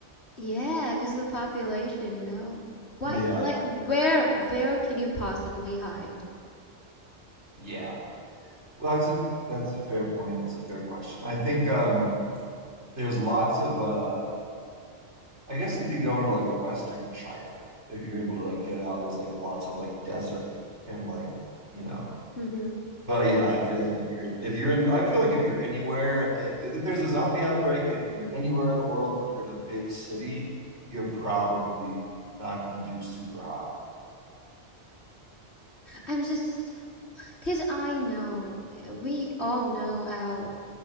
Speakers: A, on the left; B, on the right.
A: Yeah, because of the population, you know. Why?
B: Yeah.
A: Like, where? Where can you possibly hide?
B: Yeah. Well, that's a that's a fair point. It's a fair question. I think um there's lots of uh I guess if you go into like Western China, if you're able to like get out, there's like lots of like desert and like, you know,
A: hmm
B: But yeah, I feel like if you're if you're in, I feel like if you're anywhere, if, if there's a zombie outbreak and you're anywhere in the world, but you're in a big city, you're probably not going to do super hot.
A: I'm just Because I know, eh, we all know how